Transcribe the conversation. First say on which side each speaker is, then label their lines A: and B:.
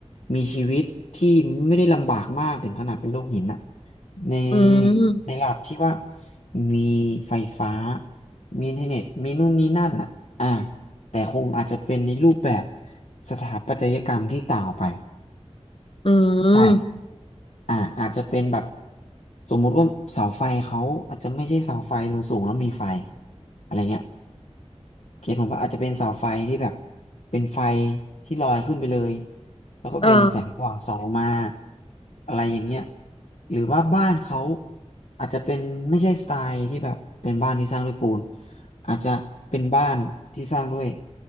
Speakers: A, on the left (about 80°); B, on the left (about 55°).
A: มีชีวิตที่ไม่ได้ลำบากมากถึงขนาดเป็นโลกหินนะใน
B: อืม
A: ในระดับที่ว่ามีไฟฟ้ามีอินเทอร์เน็ตมีนู่นนี่นั่นอ่ะอ่าแต่คงอาจจะเป็นในรูปแบบสถาปัตยกรรมที่ต่างออกไป
B: อื
A: ใช่
B: ม
A: อ่าอาจจะเป็นแบบสมมุติว่าเสาไฟเขาอาจจะไม่ใช่เสาไฟสูงๆแล้วมีไฟอะไรเงี้ย เขตผมว่าอาจจะเป็นเสาไฟที่แบบเป็นไฟที่ลอยขึ้นไปเลยแล้วก็เป็นแสงสว่างส่องลงมา
B: เออ
A: อะไรอย่างเงี้ยหรือว่าบ้านเขาอาจจะเป็นไม่ใช่สไตล์ที่แบบเป็นบ้านที่สร้างด้วยปูนอาจจะเป็นบ้านที่สร้างด้วย